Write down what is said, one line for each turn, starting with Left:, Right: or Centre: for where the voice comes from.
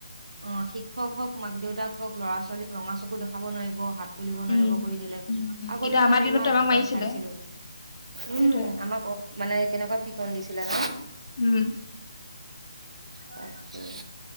Right: অ শিক্ষক হওক মাক দেউতাক হওক ল'ৰা ছোৱালীক ৰঙা চকু দেখুৱাব নোৱাৰিব হাত তুলিব নোৱাৰিব
Left: উম
Right: কৰি দিলে
Left: উম
Right: আগৰ
Left: এতিয়া
Right: দিনত
Left: আমাৰ
Right: আমি
Left: দিনততো
Right: ইমান
Left: আমাক
Right: পিটন
Left: মাৰিছিলে
Right: খাইছিলো ।উম
Left: সেইটোৱে
Right: আমাক মানে কেনেকুৱা পিটন দিছিলে ন
Left: উম
Right: তাকে